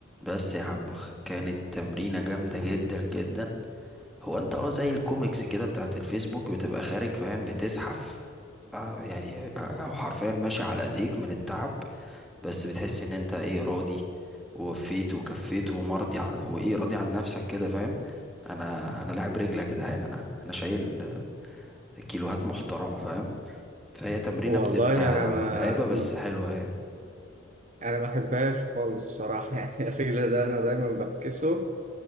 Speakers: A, in the centre; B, on the right (about 35°).
A: بس يا عم كانت تمرينة جامدة جدا جدا هو انت اه زي الكوميكس كده بتاعت الفيسبوك بتبقى خارج فاهم بتزحف آه يعني آه، او حرفيا ماشي على ايديك من التعب بس بتحس ان انت ايه راضي ووفيت وكفيت ومرضي عن وايه راضي عن نفسك كده فاهم انا انا لاعب رجل يا جدعان انا انا شايل آه، كيلوهات محترمة فاهم فهي تمرينة
B: والله
A: بتبقى
B: انا ما
A: متعبة بس
B: م-
A: حلوة يعني
B: انا ما احبهاش خالص الصراحه <laughs> يعني الرجل ده انا دايما بفكسه